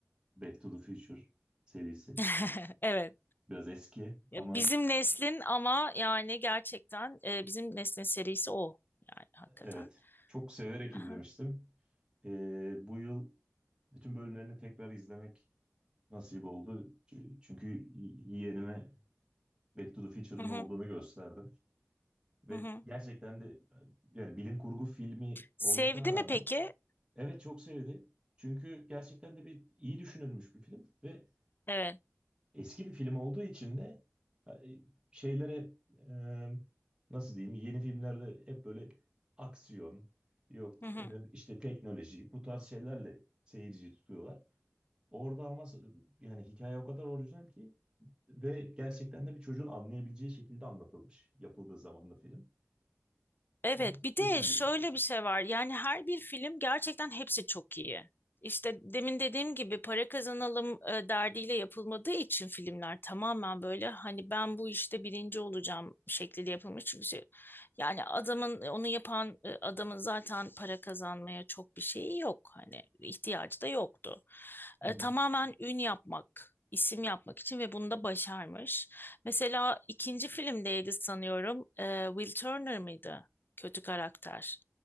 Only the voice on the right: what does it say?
Back to the Future serisi.
Biraz eski ama
evet çok severek izlemiştim.
Ee, bu yıl bütün bölümlerini tekrar izlemek nasip oldu. Ç- Çünkü y- yeğenime Back to the Future'ın
ne olduğunu gösterdim. Ve
gerçekten de yani bilim kurgu filmi
olmasına rağmen
Evet çok sevdi. Çünkü gerçekten de bir iyi düşünülmüş bir film ve
eski bir film olduğu için de e, şeylere e, nasıl diyeyim yeni filmlerde hep böyle aksiyon yok
e, işte teknoloji bu tarz şeylerle seyirciyi tutuyorlar. Orada ama s- yani hikaye o kadar orijinal ki ve gerçekten de bir çocuğun anlayabileceği şekilde anlatılmış yapıldığı zaman da film.
Onun çok
hoşuna
gitmiş.
Hı
hı.